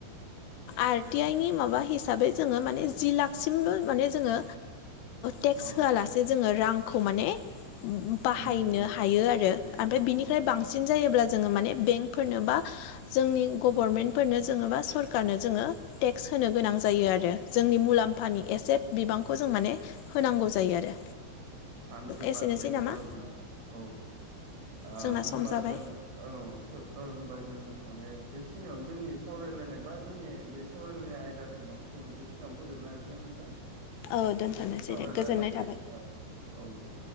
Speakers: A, on the left; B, on the right.
A: आरटि आइ नि माबा हिसाबै जोङो माने जि लाखसिमल' माने जोङो टेक्स
B: औ
A: होआलासे जोङो रांखौ माने बाहायनो
B: मोननो
A: हायो आरो
B: हायो
A: ओमफ्राय
B: औ
A: बिनिफ्राय
B: औ
A: बांसिन बांसिन जायोब्ला जोङो माने बेंकफोरनो बा जोंनि गभर्नमेन्ट
B: औ
A: फोरनो जोङबा सरखारारनो जोङो टेक्स होनो गोनां जायो आरो जोंनि मुलाम्फानि
B: औ
A: एसे बिबांखौ जों माने होनांगौ जायो आरो
B: थामजि
A: एसेनोसै
B: पारसेन्टखौ
A: नामा
B: आरो ना औ हबा
A: जोंना सम जाबाय
B: जों औ औ होमबा जों माने बेखिनियावनो जोंनि सावरायलायनाय बा जोंनि बे सावरायलायनाय आयदा माने जों बेखिनियावनो फोजोबनो हासिगोन नोंथां
A: औ
B: नोंथांनि
A: दोनथ'नोसै
B: सावरायलायनानै
A: दे गोजोननाय थाबाय
B: आ औ द